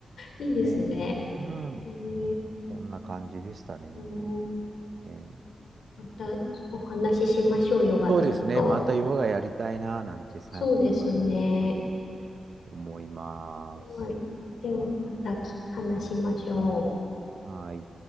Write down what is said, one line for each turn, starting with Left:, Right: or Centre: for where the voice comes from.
Left: いいですね。
Right: ねえ、うん、
Left: えー
Right: そんな感じでしたね。
Left: うん
Right: えー
Left: またお話ししましょう、ヨガのこと。
Right: そうですね、またヨガやりたいな、なんて最近は本当に
Left: そうですね。
Right: 思います。
Left: はい。では、また話しましょう。
Right: はい。